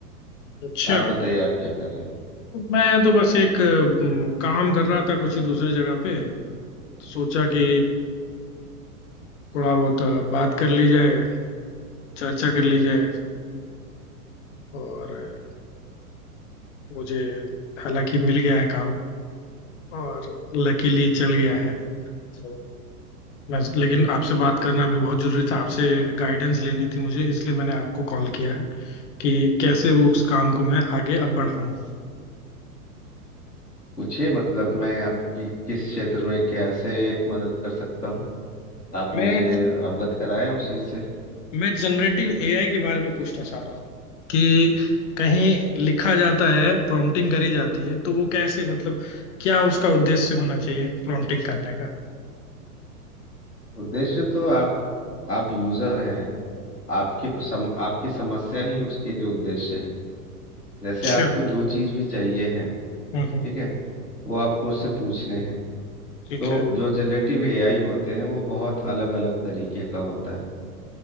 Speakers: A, on the left; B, on the left.
A: अच्छा
B: आप बताइए आप क्या कर रहे हैं
A: मैं तो बस एक अम, काम कर रहा था कुछ ही दूसरी जगह पे सोचा कि थोड़ा बहुत अ, बात कर ली जाए चर्चा कर ली जाए और अ, मुझे हालांकि मिल गया है काम और लकीली चल गया है तो बस लेकिन आपसे बात करना भी बहुत जरूरी था आपसे गाइडेंस लेनी थी मुझे इसलिए मैंने आपको कॉल किया है कि कैसे वो उस काम को मैं आगे अब बढ़ाऊं
B: पूछिए मतलब मैं आपकी किस क्षेत्र में कैसे मदद कर सकता हूँ आप
A: मैं
B: मुझे अवगत कराएं उस चीज से
A: मैं जनरेटिव एआई के बारे में पूछना चाह रहा हूँ कि कहीं लिखा जाता है प्रॉम्प्टिंग करी जाती है तो वो कैसे मतलब क्या उसका उद्देश्य होना चाहिए प्रॉम्प्टिंग करने का
B: उद्देश्य तो आप आप यूजर हैं आपके सम, आपकी समस्या ही उसके लिए उद्देश्य है जैसे
A: अच्छा
B: आपको जो चीज भी चाहिए है
A: हम्म हम्म,
B: ठीक है वो आपको उससे पूछने हैं
A: ठीक
B: तो
A: है
B: जो जनरेटिव एआई होते हैं वो बहुत अलग अलग तरीके का होता है